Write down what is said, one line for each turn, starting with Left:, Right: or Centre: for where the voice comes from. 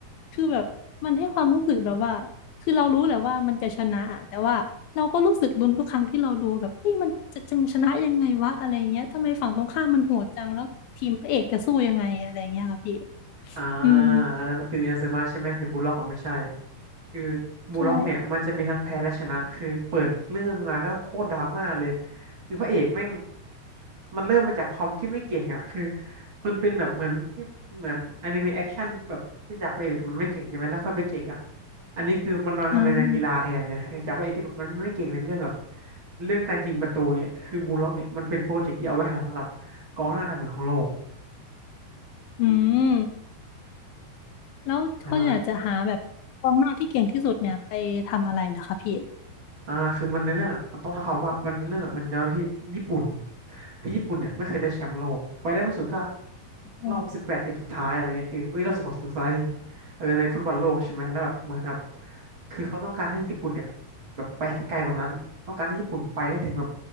Left: คือแบบมันให้ความรู้สึกแบบว่าคือเรารู้แหละว่ามันจะชนะอะแต่ว่าเราก็รู้สึกลุ้นทุกครั้งที่เราดูแบบนี่มันจะจังชนะยังไงวะอะไรเงี้ยทำไมฝั่งตรงข้ามมันโหดจังแล้วทีมพระเอกจะสู้ยังไงอะไรเงี้ยค่ะพี่
Right: อ่า
Left: อืม
Right: อันนั้นมันคืออินาซึมะใช่ไหมแต่บูลล็อกอ่ะไม่ใช่คือบูลล็อกเนี่ยมันจะมีทั้งแพ้และชนะคือเปิดเรื่องมาก็โคตรดราม่าเลย
Left: ใช่
Right: คือพระเอกแม่งมันเริ่มมาจากคอมที่ไม่เก่งอ่ะคือมันเป็นแบบเหมือนที่เหมือนอนิเมะแอคชั่นแบบที่จากพระเอกมันไม่เก่งใช่ไหมแล้วค่อยไปเก่งอ่ะอันนี้คือมันมาทำในแนวกีฬาแทนไงเออจากพระเอกที่แบบมันไม่เก่งในเรื่องแบบ
Left: อืม
Right: เรื่องการยิงประตูเนี่ยคือบูลล็อกเนี่ยมันเป็นโปรเจกต์ที่เอาไว้หาสำหรับกองหน้าอันดับหนึ่งของโลก
Left: อืมแล้วเขาอยากจะหาแบบกองหน้าที่เก่งที่สุดเนี่ยไปทำอะไรเหรอคะพี่
Right: ใช่ อ่าคือมันในเรื่องมันต้องท้าความว่ามันในเรื่องมันย้อนไปที่ญี่ปุ่นคือญี่ปุ่นเนี่ยไม่เคยได้แชมป์โลกไปได้มากสุดก็
Left: อืม
Right: รอบสิบแปดทีมสุดท้ายอะไรเงี้ยคือเอ้ยรอบสิบหกทีมสุดท้ายดิเออในฟุตบอลโลกใช่ไหมแล้วแบบเหมือนแบบคือเขาต้องการให้ญี่ปุ่นเนี่ยแบบไปให้ไกลกว่านั้นต้องการให้ญี่ปุ่นไปให้ถึงแบบ